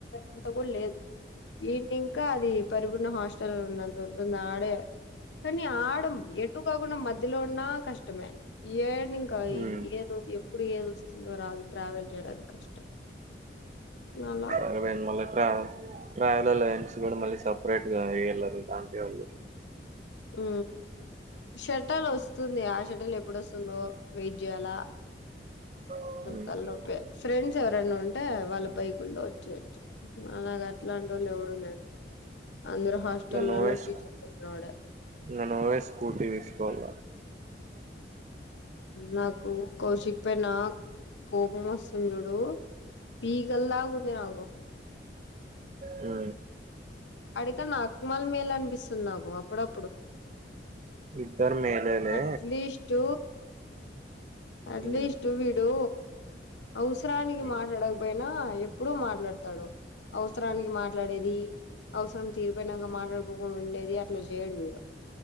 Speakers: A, on the left; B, on the right.
A: అంత కూడా లేదు ఈవినింగ్ ఇంకా అది పరిపూర్ణ హాస్టల్ ఉన్నంత ఉంటుంది ఆడే <inaudible> కానీ ఆడం ఎటు కాకుండా మధ్యలో ఉన్నా కష్టమే ఎడ్నింక
B: ఉమ్,
A: ఏదో ఎప్పుడు ఏది వస్తుందో రాదు ట్రావెల్ చేయడానికి కష్టం అలా
B: సరిపోయింది మల్ల ట్రావెల్ ట్రావెలర్ కూడా మళ్ళీ సపరేట్ గా వెయ్యాలి లాంటి వాళ్ళు <inaudible> <unintelligible>
A: ఉమ్ షర్టాలు వస్తుంది ఆ షర్టాలు ఎప్పుడు వస్తు <inaudible> వెయిట్ చేయాలా
B: ఇంగ
A: తలనొప్పి ఫ్రెండ్స్ ఎవరైనా ఉంటే వాళ్ళ బైకుల్లో వచ్చియచ్చు మనకి అట్లాంటి వాళ్ళు ఎవడు లేరు అందరు హాస్టల్లలో
B: నువ్వే స్కూ
A: ఫిజులు ఉన్నావాడి
B: ఇంగ నువ్వే స్కూటీ తీసుకోవాల
A: నాకు కౌశిక్ పైన కోపమస్తుండి చూడు పీకలదాకా ఉంది నాకు
B: హ
A: <unintelligible> నాక్మల్ మేల్ అనిపిస్తుంది నాకు అప్పుడప్పుడు.
B: ఇద్దరు మేలేలే
A: అట్లీస్టు అట్లీస్ట్
B: ఉమ్
A: వీడు అవసరానికి
B: ఉమ్
A: మాట్లాడకపోయినా ఎప్పుడు మాట్లాడతాడు, అవసరానికి మాట్లాడేది. అవసరం తీరిపోయినాంక మాట్లాడుకోకుండా ఉండేది అట్లా చేయడు వీడు.